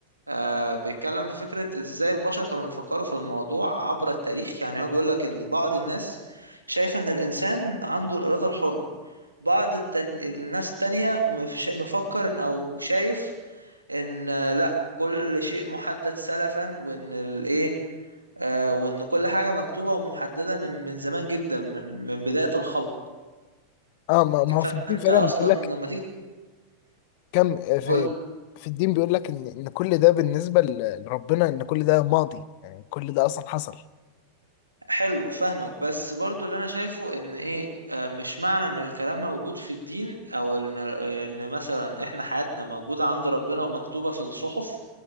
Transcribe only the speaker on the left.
اه ما ما هو
في الدين فعلا
بيقول لك
كم في
في الدين بيقول لك ان ان كل ده بالنسبه ل- لربنا ان كل ده ماضي يعني كل ده اصلا حصل